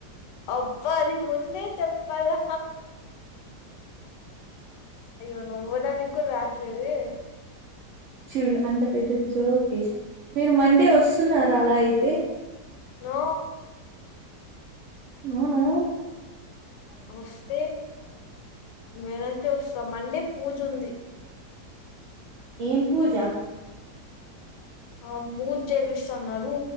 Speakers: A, on the left (about 80°); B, on the right (about 75°).
A: అబ్బ అది ముందే చెప్ పల్ల అయ్యోనవ్వడానికి కుక్క రావట్లేదె
B: చూడు అంత పెద్ద జో కెసా మీరు మండే వస్తున్నార అలా అయితే
A: నో
B: నొ నో
A: వస్తే వెనస్ డె వ మన్ండే పూజుంది
B: ఏం పూజ
A: ఆ బూజ చేపిస్తున్నారు